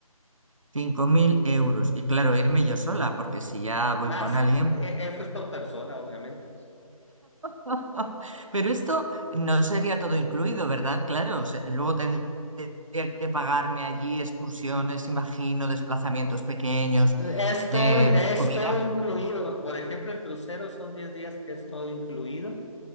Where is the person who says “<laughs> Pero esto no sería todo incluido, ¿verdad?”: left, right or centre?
Right